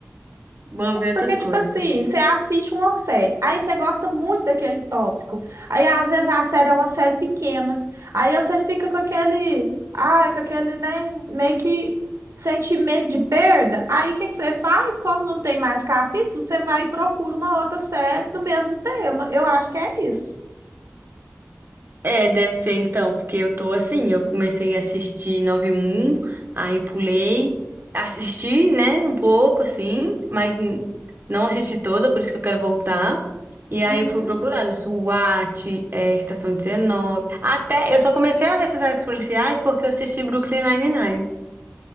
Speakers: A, on the right (about 45°); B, on the right (about 80°).
A: vou ver outras
B: porque, tipo
A: coisas.
B: assim, você assiste uma série, aí você gosta muito daquele tópico. Aí, às vezes, a série é uma série pequena. Aí você fica com aquele, ai, com aquele, né, meio que sentimento de perda. Aí, o que que você faz? Quando não tem mais capítulo, você vai e procura uma outra série do mesmo tema. Eu acho que é isso.
A: É, deve ser então, porque eu tô assim, eu comecei a assistir Nove Um, um, aí pulei, assisti, né, um pouco assim, mas n- não assisti toda, por isso que eu quero voltar. E
B: Uhum.
A: aí eu fui procurando SWAT, é, Estação 19. Até eu só comecei a ver essas séries policiais porque eu assisti Brooklyn Nine-Nine.